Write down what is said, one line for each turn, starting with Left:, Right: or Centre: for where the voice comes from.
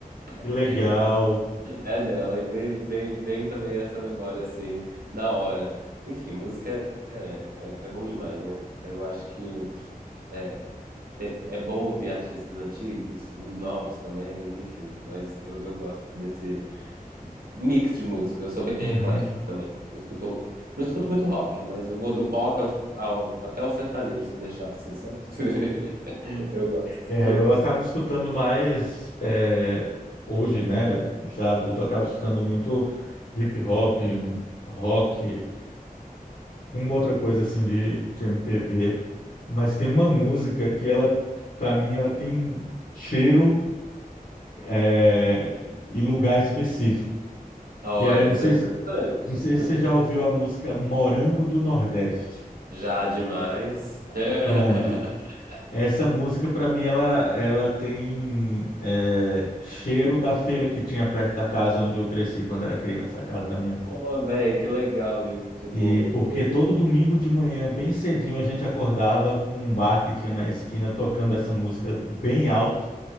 Left: que
Right: <laughs>
Left: legal.
Right: essa música é dela. E vem, vem, vem também essa memória, assim, na hora. Enfim, música é, é, é bom demais, né? Eu acho que é, te- é bom ouvir artistas antigos, os novos também, enfim. Mas eu, eu gosto desse, mix de música, eu sou bem
Left: Uhum.
Right: eclético também. Eu escuto, não escuto muito rock, mas eu vou do pop ao- ao- até o sertanejo, se deixar assim, sabe? <laughs> Eu gosto.
Left: É,
Right: Hum.
Left: eu acabo escutando mais é, hoje, né? Já adulto, eu acabo escutando muito hip hop, rock, uma outra coisa assim de, de MPB. Mas tem uma música que ela, para mim, ela tem cheiro é, e lugar específico.
Right: Olha,
Left: Que é, eu não
Right: isso
Left: sei,
Right: é
Left: se-
Right: interessante.
Left: não sei se
Right: Hum.
Left: você já ouviu a música Morango do Nordeste.
Right: Já demais. <laughs>
Left: Pronto, Essa música, para mim, ela, ela tem é, cheiro da feira que tinha perto da casa onde eu cresci quando era criança, a casa da minha avó.
Right: Oh, velho, que legal isso, tipo,
Left: E porque
Right: ter-
Left: todo domingo de manhã, bem cedinho, a gente acordava com um bar que tinha na esquina tocando essa música bem alto.